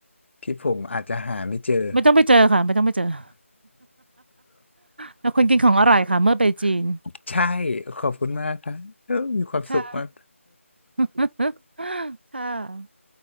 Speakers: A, on the left; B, on the right.
A: ที่ผมอาจจะหาไม่เจอ
B: ไม่ต้องไปเจอค่ะไม่ต้องไปเจอ <laughs> แล้วคนกินของอร่อยค่ะเมื่อไปจีน
A: <laughs> ใช่ ขอบคุณมากครับเออมีความสุขมาก
B: ค่ะ <laughs> ค่ะ